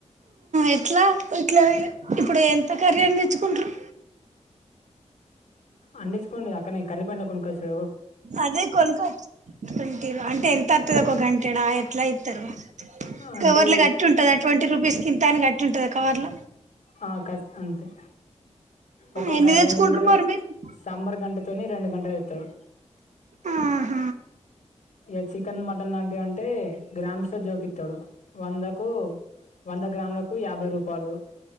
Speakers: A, on the right; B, on the left.
A: ఎట్ల ఇట్ల ఇగ ఇప్పుడు ఎంత కర్రీ అని తెచ్చుకుంట్రరు
B: అన్నిసుకడి అక్కడ కర్ర పెయింట్ల కొనుకోచుడు
A: అదే కొనుకో కొంటరు అంటే ఎంత అతుద ఒక గంటెడా ఎట్ల ఇత్తరు
B: అంటే
A: కవర్లు గట్టి ఉంటదా ట్వంటీ రూపీస్ కింతానికి గట్టి ఉంటందా కవర్ల
B: ఆ కస్ అంతే ఒకో
A: ఎన్ని
B: గ
A: తెచ్చుకుంటారు
B: రెండు గంటలు
A: మరి మీరు
B: సామ్బర్ గంటతోని రెండు గంటలేత్తడు
A: ఆహ
B: ఇగ చికెన్ మటన్ లాంటివంటే గ్రామ్స్లో జోకిత్తడు వందకు వంద గ్రాములకు యాభై రూపాలు